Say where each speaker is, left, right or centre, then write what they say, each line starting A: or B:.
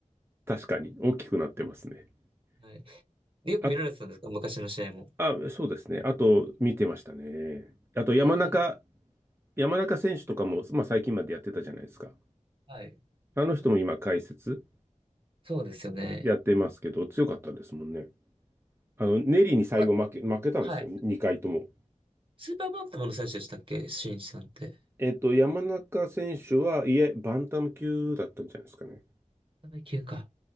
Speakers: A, on the right; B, on the right.
A: 確かに。大きくなってますね。
B: はい。でよく見られてたんですか昔の試合も。
A: あ、あ、そうですね。あと、見てましたね。あと、
B: ええ、
A: 山中、山中選手とかも、まあ、最近までやってたじゃないですか。
B: はい。
A: あの人も今、解説
B: そうですよね。
A: やってますけど、強かったですもんね。あの、ネリーに最後負け、
B: あ、
A: 負けたんですよ。
B: はい。
A: 2回とも。
B: スーパーバンタムの選手でしたっけ新一さんって。
A: えっと、山中選手は、いえ、バンタム級だったんじゃないですかね。
B: 階級か。